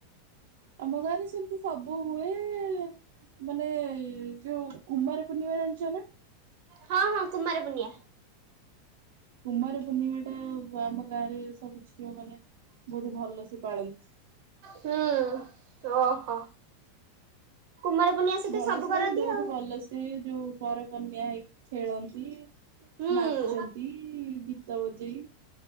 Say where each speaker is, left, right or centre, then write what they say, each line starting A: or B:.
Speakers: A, on the right; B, on the right.
A: ଆମ ଗାଁରେ ସେମିତି ସବୁ ହୁଏ ମାନେ ଯୋଉ କୁମାର ପୂର୍ଣିମା ଜାଣିଚ ନା?
B: ହଁ ହଁ କୁମାର ପୂର୍ଣ୍ଣିମା।
A: କୁମାର ପୂର୍ଣ୍ଣିମା ଟା ଆମ ଗାଁ ରେ ସବୁ ଝିଅ ମାନେ ବୋହୁତ ଭଲସେ ପାଳନ୍ତି।
B: ହୁଁ ଓହୋ କୁମାର ପୂର୍ଣ୍ଣିମା ସହିତ
A: ଭଲ
B: ସବୁ
A: ସେ ମାନେ
B: କରନ୍ତି
A: ବୋହୁତ
B: ଆଉ।
A: ଭଲ ସେ ଯୋଉ ବରକନ୍ୟା ହେଇକି ଖେଳନ୍ତି
B: ହୁଁ
A: ନାଚନ୍ତି ଗୀତ ବଜେଇ